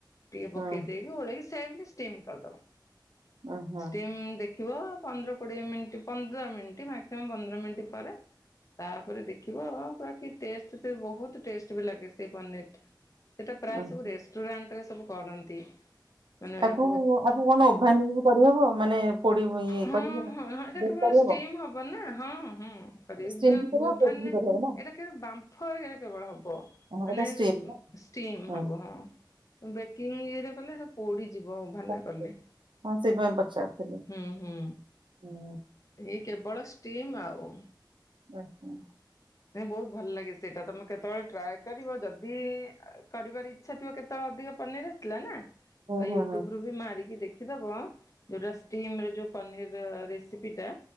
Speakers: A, on the left; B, on the right.
A: ଟିକେ
B: ହୁଁ
A: ପକେଇ ଦେଇକି ଓଳେଇକି ସେମିତି ଷ୍ଟିମ୍ କରିଦବ।
B: ଉଁ ହୁଁ
A: ଷ୍ଟିମ୍ ଦେ ଥିବ ପନ୍ଦର କୋଡିଏ ମିନିଟ୍ ପନ୍ଦର ମିନିଟ ମାକ୍ସିମମ୍ ପନ୍ଦର ମିନିଟ୍ ପରେ ତାପରେ ଦେଖିବ ପୁରା କି ଟେଷ୍ଟ ସେ ବହୁତ ଟେଷ୍ଟ ବି ଲାଗେ ସେଇ ପନିର। ସେଇଟା ପ୍ରାୟ
B: ଉଁ
A: ସବୁ ରେଷ୍ଟୁରାଣ୍ଟରେ ସବୁ କରନ୍ତି। ମାନେ
B: ଆକୁ
A: ବହୁତ
B: ଆକୁ କଣ ଉଭାନ ହେଇକି କରିହେବ ମାନେ ପୋଡି ଇଏ
A: ହଁ
B: କରିହବ?
A: ହଁ ଏଇଟା
B: ବେକ୍
A: କେବଳ
B: କରିହବ
A: ଷ୍ଟିମ୍ ହବ ନା ହଁ ହଁ। କରିବେ
B: ଷ୍ଟିମ୍ ବି କରିହବ
A: ଉଭାନ
B: ବେକ୍ ବି
A: ରେ ଏଇଟା
B: କରିହବ ନା
A: କେ ବାମ୍ଫରଟ କେବଳ ହବ
B: ହଁ
A: ମାନେ
B: ଏଇଟା ଷ୍ଟିମ୍ ନା
A: ଷ୍ଟିମ୍
B: ହୁଁ
A: ହବ ହଁ। ବେକିଂ ଇରେ କଲେ ସେ ପୋଡିଯିବ ଭାନା
B: ହୁଁ।
A: କଲେ।
B: ହଁ ସେଇଥିପାଇଁ ପଚାରୁଥିଲି।
A: ହୁଁ ହୁଁ
B: ହୁଁ
A: ଇଏ କେବଳ ଷ୍ଟିମ୍ ଆଉ।
B: ଆଚ୍ଛା।
A: ନାଇଁ ବହୁତ ଭଲ ଲାଗେ ସେଇଟା ତମେ କେତେବେଳେ ଟ୍ରାଏ କରିବ ଯଦି କରିବାର ଇ ଇଛା ଥିବ କେତେବେଳେ ଅଧିକ ପନିର ଆସିଥିଲା ନା। ତ
B: ହୁଁ
A: ୟୁଟ୍ୟୁବ
B: ହୁଁ ହୁଁ
A: ରୁ ବି ମାରିକି ଦେଖିଦବ ଯୋଉଟା ଷ୍ଟିମ୍ ରେ ଯୋଉ ପନିର ରେସିପି ଟା